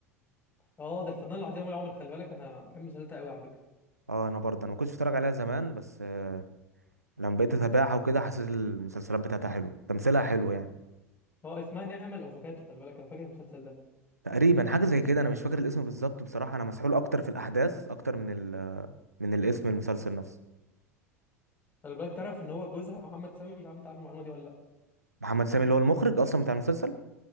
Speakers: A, on the left; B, on the right.
A: اه ده الفنان العظيم يا عمر خلي بالك انا بحب مسلسلاتها قوي على فكره
B: اه انا برضه انا ما كنتش بتفرج عليها زمان بس آه، لما بقيت اتابعها وكده حسيت المسلسلات بتاعتها حلو تمثيلها حلو يعني
A: اه اسمها نعمة الافوكاتو خلي بالك انا فاكر المسلسل ده
B: تقريبا حاجه زي كده انا مش فاكر الاسم بالظبط بصراحه انا مسحول اكتر في الاحداث اكتر من ال... من الاسم المسلسل نفسه
A: خلي بالك تعرف ان هو جوزها محمد سامي مش عارف انت عارف المعلومه دي ولا لا
B: محمد سامي اللي هو المخرج اصلا بتاع المسلسل